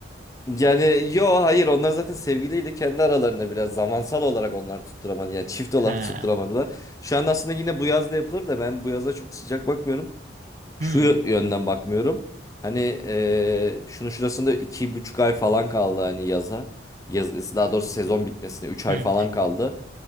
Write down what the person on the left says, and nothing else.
Yani yo hayır onlar zaten sevgiliydi. Kendi aralarında biraz zamansal olarak onlar tutturamadı. Yani çift olarak
<laughs> tutturamadılar. Şu an aslında yine bu yaz da yapılır da ben bu yaza çok sıcak bakmıyorum.
Şu yönden bakmıyorum. Hani eee şunu şurasında iki buçuk ay falan kaldı hani yaza. Yaz, daha doğrusu sezon bitmesine üç ay
falan kaldı.